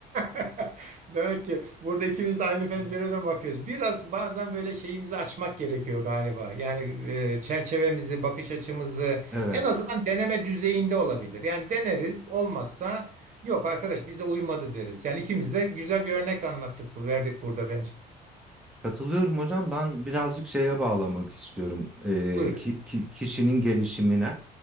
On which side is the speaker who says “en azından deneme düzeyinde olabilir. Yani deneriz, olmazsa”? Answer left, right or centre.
Right